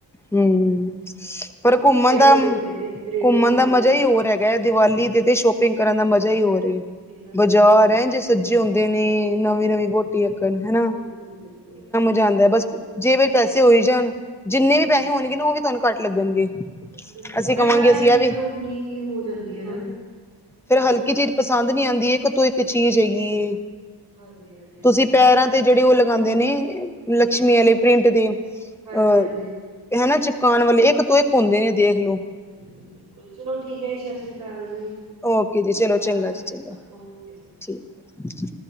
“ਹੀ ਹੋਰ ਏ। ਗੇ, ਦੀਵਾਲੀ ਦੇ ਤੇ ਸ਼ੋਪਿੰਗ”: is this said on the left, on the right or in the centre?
Centre